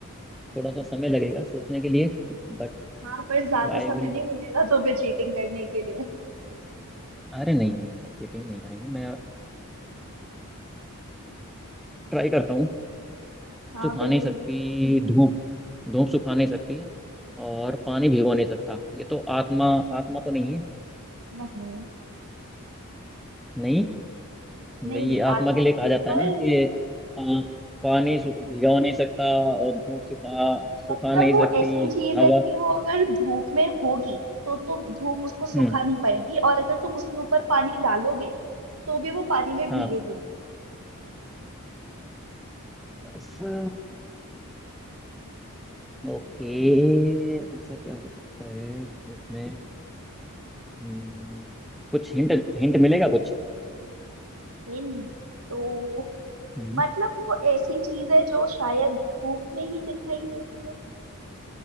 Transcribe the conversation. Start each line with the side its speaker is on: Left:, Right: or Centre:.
Centre: थोड़ा सा समय लगेगा सोचने के लिए बट
Right: हाँ पर ज्यादा
Centre: आई
Right: समय
Centre: विल
Right: नहीं मिलेगा तुम्हें चीटिंग करने के लिए
Centre: अरे नहीं नहीं यार चीटिंग नहीं करेंगे मैं ट्राई करता हूँ
Right: हाँ
Centre: सुखा
Right: बिल्कुल
Centre: नहीं सकती
Right: बिल्कुल।
Centre: धूप धूप सुखा नहीं सकती है और पानी भिगो नहीं सकता ये तो आत्मा आत्मा तो नहीं है
Right: हाँ नहीं
Centre: नहीं
Right: नहीं
Centre: भाई ये
Right: नहीं
Centre: आत्मा
Right: आत्मा
Centre: के लिए
Right: नहीं
Centre: कहा जाता
Right: पर
Centre: है ना कि अ, पानी सुख भिगो नहीं सकता और धूप सुखा सुखा
Right: मतलब
Centre: नहीं
Right: वो
Centre: सकती
Right: ऐसी चीज
Centre: हवा
Right: है कि वो अगर धूप में होगी तो तो धूप उसको सुखा
Centre: हम्म
Right: नहीं पाएगी और अगर तुम उसके ऊपर पानी डालोगे तो भी वो पानी में भीगेगी
Centre: हाँ
Right: नहीं
Centre: ऐसा ओके ऐसा क्या हो सकता है धूप में हम्म कुछ हिंट हिंट मिलेगा कुछ
Right: हिंट तो
Centre: हम्म
Right: मतलब वो ऐसी चीज है जो शायद धूप में ही दिखाई देती है